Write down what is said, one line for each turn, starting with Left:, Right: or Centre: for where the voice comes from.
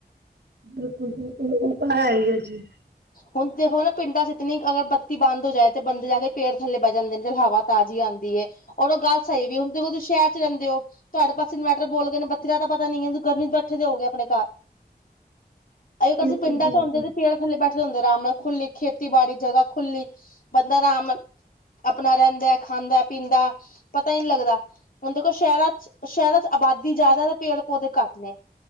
Right: ਬਿਲਕੁਲ-ਬਿਲਕੁਲ, ਉਹ ਤਾਂ ਹੈ ਹੀ ਹੈ ਜੀ।
Left: ਹੁਨ ਦੇਖੋ ਨਾ ਪਿੰਡਾਂ 'ਚ ਇਤਨੀ ਅਗਰ ਬੱਤੀ ਬੰਦ ਹੋ ਜਾਏ ਤੇ ਬੰਦੇ ਜਾ ਕੇ ਪੇੜ ਥੱਲੇ ਬਹਿ ਜਾਂਦੇ ਨੇ ਹਵਾ ਤਾਜ਼ੀ ਆਂਦੀ ਏ ਔਰ ਉਹ ਗੱਲ ਸਹੀ ਵੀ ਏ, ਹੁਨ ਤੁਸੀਂ ਸ਼ਹਿਰ 'ਚ ਰਹਿੰਦੇ ਹੋ। ਤੁਹਾਡੇ ਪਾਸੇ ਇਨਵੈਟਰ ਬੋਲ ਗਏ ਨੇ, ਬੱਤੀਆਂ ਦਾ ਤਾਂ ਪਤਾ ਨਹੀਂ, ਗਰਮੀ 'ਚ ਬੈਠੇ ਦੇ ਹੋਗੇਏ ਆਪਨੇ ਘਰ। ਆਈ ਅਗਰ
Right: ਬਿਲਕੁਲ
Left: ਅਸੀ ਪਿੰਡਾਂ
Right: ਬਿਲਕੁਲ
Left: 'ਚ ਹੁੰਦੇ ਤੇ ਫੇਰ ਥੱਲੇ ਬੈਠੇ ਹੁੰਦੇ ਆਰਾਮ ਨਾਲ, ਖੁੱਲੀ ਖੇਤੀਬਾੜੀ, ਜਗ੍ਹਾ ਖੁੱਲੀ ਬੰਦਾ ਅਰਾਮ ਨਾਲ ਆਪਨਾ ਰਹਿੰਦਾ ਐ ਖਾਂਦਾ ਪੀਂਦਾ, ਪਤਾ ਹੀ ਨਹੀਂ ਲੱਗਦਾ। ਹੁਣ ਦੇਖੋ ਸ਼ਹਿਰਾਂ 'ਚ ਸ਼ਹਿਰਾਂ 'ਚ ਆਬਾਦੀ ਜ਼ਿਆਦਾ ਤੇ ਪੇੜ ਪੌਦੇ ਘੱਟ ਨੇ।